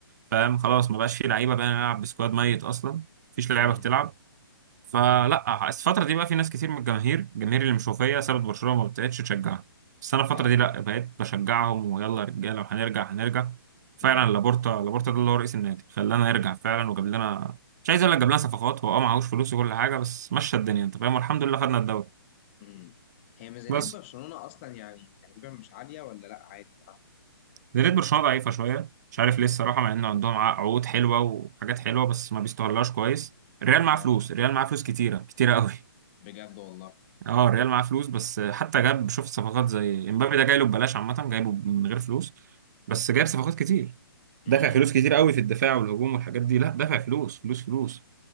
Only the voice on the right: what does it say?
فاهم خلاص ما بقاش فيه لعيبة بقى نلعب بسكواد ميت اصلا مفيش لعيبة
بتلعب فلا الفترة دي بقى في ناس كتير من الجماهير الجماهير اللي مشوفية سابت برشلونة ما بقتش تشجعها بس انا الفترة
دي لا بقيت بشجعهم ويلا يا رجالة وهنرجع هنرجع فعلا
لابورتا لابورتا ده اللي هو رئيس النادي خلانا نرجع فعلا وجاب لنا مش عايز اقول لك جاب لنا صفقات هو اه معهوش فلوس وكل حاجة بس مشى الدنيا انت فاهم والحمد لله خدنا الدوري
بس
زي ريد برشلونة ضعيفة شوية مش عارف ليه الصراحة مع إن عندهم ع- عقود حلوة وحاجات حلوة بس ما بيستغلهاش كويس الريال معاه
فلوس الريال معاه فلوس كتيرة كتيرة قوي <laughs>
اه الريال معاه فلوس بس حتى جاب شوف صفقات زي امبابي ده جاي له ببلاش عامة جايبه من غير فلوس بس جايب صفقات كتير
دافع فلوس كتير قوي في الدفاع والهجوم والحاجات دي لا دافع فلوس فلوس فلوس